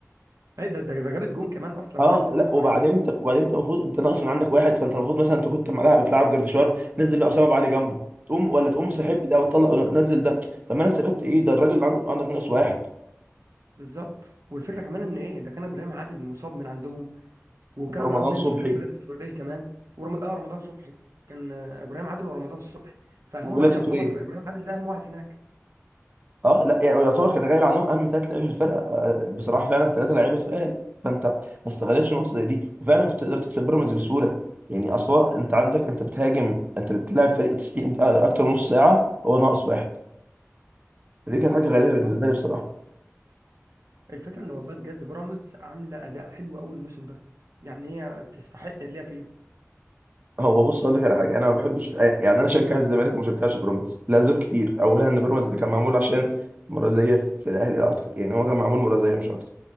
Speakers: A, on the right (about 75°); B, on the right (about 35°).
A: ايه ده ده ده جابت جون كمان اصلا
B: اه
A: وهي مطرود
B: لا
A: منها
B: وبعدين
A: واحد
B: انت وبعدين انت المفروض انت ناقص من عندك واحد فانت المفروض مثلا انت كنت معاه بتلعب جردشار نزل له اسامه ابو علي جنبه تقوم ولا تقوم سحب
A: ب-
B: ده وتطلع نزل ده طب ما انا استفدت ايه ده الراجل اللي عندك عندك ناقص واحد
A: بالظبط والفكره كمان ان ايه ده كان ابراهيم عادل مصاب من عندهم وكانوا
B: ورمضان
A: بيلعبوا باين
B: صبحي
A: من غير بلاد تروليه كمان ورم... اه رمضان صبحي كان آه، ابراهيم عادل ورمضان صبحي فهم
B: وبلاتي
A: يعتبر
B: توريه
A: ابراهيم عادل ده اهم واحد هناك
B: اه لا يعني يعتبر كان غايب عنهم اهم ثلاث لعيبه في الفرقه آه، بصراحه فعلا ثلاثه لعيبه تقال فانت ما استغلتش النقطه زي دي وفعلا كنت قدرت تكسب بيراميدز بسهوله يعني اصل هو انت عندك انت بتهاجم انت بتلعب فريق 90 آه، اكتر من نص ساعه هو ناقص واحد فدي كانت حاجه غريبه
A: بالظبط
B: بالنسبه لي بصراحه
A: الفكره ان والله بجد بيراميدز عامله اداء حلو قوي الموسم ده يعني هي تستحق اللي هي فيه
B: هو بص اقول لك على حاجه انا ما بحبش يعني انا اشجع الزمالك وما اشجعش بيراميدز لاسباب كتير اولها ان بيراميدز ده كان معمول عشان مرازيه في الاهلي لا اكتر يعني هو كان معمول مرازيه مش اكتر